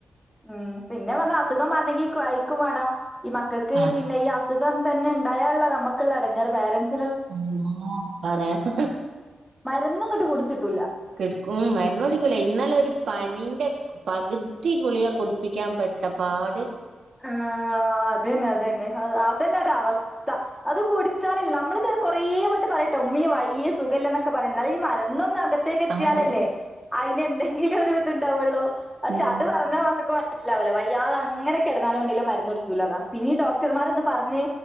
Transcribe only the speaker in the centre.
ഉം പിന്നെ പറഞ്ഞ അസു ഖം മാറണെങ്കിൽ കഴക്കും വേണം ഈ മക്കക്ക്
പിന്നെ ഈ അസു അസുഖം തന്നെ ഉണ്ടായാല നമുക്കുള്ള എടങ്ങെറ് പാരൻസ്
മരുന്നുങ്ങട്ട് കുടിച്ചിട്ടൂല്ല
ആഹ് അതന്നെ അതന്നെ അതന്നെ ഒരഅവസ് ഥ അത് കുടിച്ചാലില്ല നമ്മൾത് കൊറേ വട്ട് പറയട്ടെ ഉമ്മി വയ്യ സുഖമില്ലന്നൊക്കെ പറയുന്നാൽ ഈ മരുന്നൊന്ന് അക അകത്തേക്ക് എത്തിയാലല്ലേ
അയിന് എന്തെങ്കിലും ഒരിത് ഉണ്ടാവുള്ളു പക്ഷെ
അത് പറഞ്ഞാ മക്കക്ക് മന മനസ്സിലാവില്ല വയ്യാതെ അങ്ങനെ കെടന്നാലും വേണ്ടില്ല മരുന്ന് കുടിക്കൂല അതാ പിന്നെ ഈ ഡോടർമാർ ഒന്ന് പറഞ്ഞ്